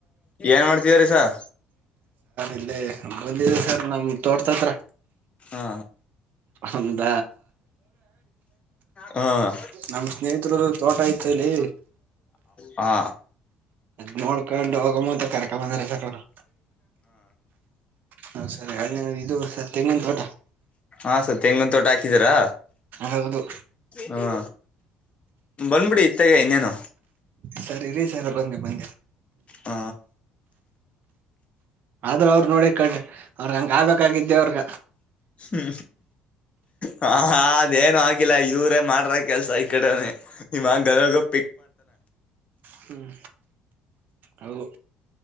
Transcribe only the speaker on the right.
ಇಲ್ಲೇ ಬಂದಿದೆ ಸರ್ ನಮ ತೋಟದತ್ರ
ಒಂದ
ನಮ ಸ್ನೇಹತ್ರರದು ತೋಟ ಇತ ಇಲ್ಲಿ
ಅದ ನೋಡ್ಕೊಂಡು ಹೋಗ ಮತ್ತ ಕರ್ಕೊ ಬಂದಾರ ಸಕರು ಹಾ ಸರಿ ಎನೇ ಇದು ಸ ತಂಗಿನ್ ತೋಟ
ಹೌದು
ಸರಿ ಇೇ ಸರ್ ಬನ್ನಿ ಬಂದಿೆ
ಆದ್ರೂ ಅವ್ರರು ನೋಡಿ ಕ ಅವ್ರಗ್ ಹಂಗ ಆಬೇಕಾಗಿದ್ದೆ ಅವ್ರಗ
ಹ್ಮ್ ಹೌದು